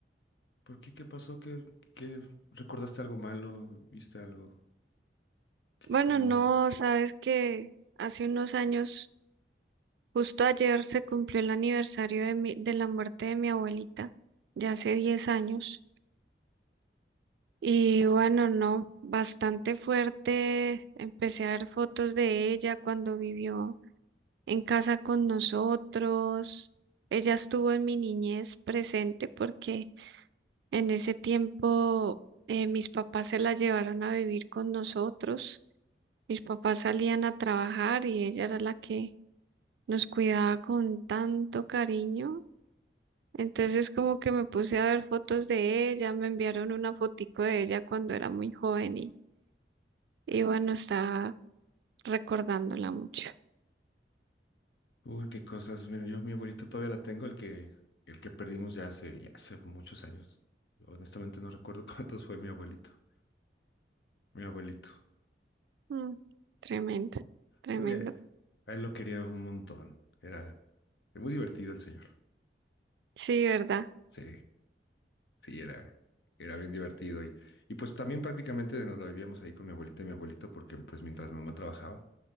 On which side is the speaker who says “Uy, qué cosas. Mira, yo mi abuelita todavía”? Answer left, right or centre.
Left